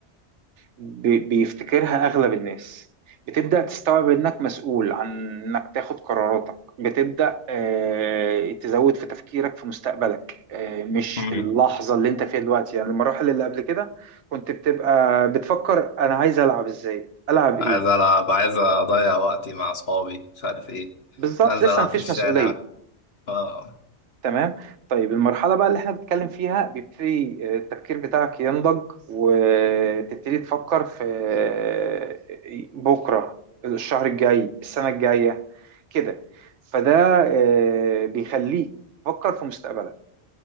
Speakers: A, on the right (about 85°); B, on the left (about 60°).
A: بي- بيفتكرها أغلب الناس بتبدأ تستوعب إنك مسؤول عن إنك تاخد قراراتك بتبدأ آه، تزود في تفكيرك في مستقبلك آه، مش
B: مم.
A: في اللحظة اللي أنت فيها دلوقتي يعني المراحل اللي قبل كده كنت بتبقى بتفكر أنا عايز ألعب إزاي ألعب
B: عايز
A: إيه
B: ألعب عايز أضيع وقتي مع أصحابي مش عارف إيه
A: بالظبط
B: أنزل
A: لسه
B: ألعب
A: مفيش
B: في الشارع
A: مسؤولية
B: آه.
A: تمام طيب المرحلة بقى اللي احنا بنتكلم فيها بيبتدي آه، التفكير بتاعك ينضج وتبتدي تفكر في آه، بكرة الشهر الجاي السنة الجاية كده فده آه، بيخليك تفكر في مستقبلك